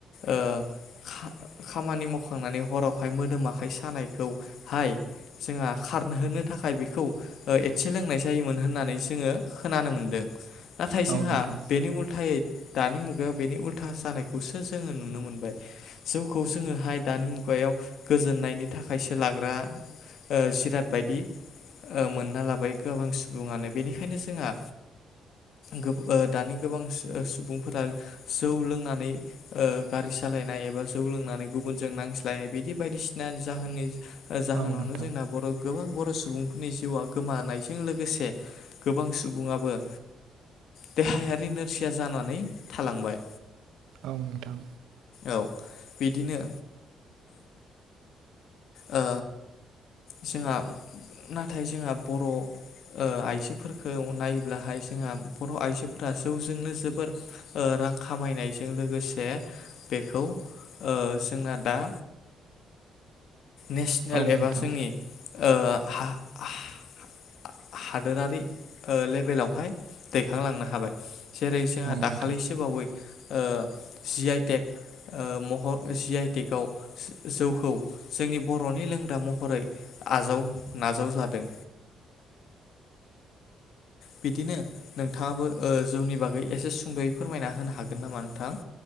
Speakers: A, on the left; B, on the right.
A: ओ खा - खामानि मावखांनानै हरावहाय मोदोम आखाइ सानायखौ हाय जोंहा खारहोनो थाखाय बेखौ एसे लोंनाय जायोमोन होननानै जोङो खोनानो मोनदो। नाथाय जोंहा
B: औ नोंथां
A: बेनि उल्थायै दानि मुगायाव बेनि उल्था जानायखौसो जोङो नुनो मोनबाय। जौखौ जोङोहाय दानि मुगायाव गोजोननायनि थाखायसो लाग्रा ओ जिराद बायदि ओ मोनना लाबाय गोबां सुबुङानो बेनिखायनो जोंहा गोब ओ दानि गोबां सु ओ सुबुं फोरा जौ लोंनानै ओ गारि सालायनाय एबा जौ लोंनानै गुबुनजों नांज्लायनाय बिदि बायदिसिना जाहोननि जाहोनावनो
B: औ नोंथां
A: जोंना बर' गोबां बर' सुबुं नि जिउआ गोमानायजों लोगोसे गोबां सुबुङाबो ओ देहायारि नोरजिया जानानै थालांबाय।
B: औ नोंथां
A: औ बिदिनो ओ जोंहा नाथाय जोंहा बर' ओ आइजोफोरखौ नायोब्लाहाय जोंहा बर' आइजोफोरा जौजोंनो जोबोर ओ रां खामायनायजों लोगोसे बेखौ ओ जोंना दा नेसनेल
B: औ नोंथां
A: एबा जोंनि ओ हा हा-हादोरारि ओ लेभेलावहाय दैखांलांनो हाबाय। जेरै जोंहा
B: औ
A: दाखालिसो
B: नोंथां
A: बावै ओ जि आइ टेक ओ मह' जि आइ टेकाव जौखौ जोंनि बर'नि लोंग्रा महरै आजाव-नाजाव जादों। बिदिनो नोंथाङाबो ओ जौनि बागै एसे सुंद'यै फोरमायना होनो हागोन नामा नोंथां?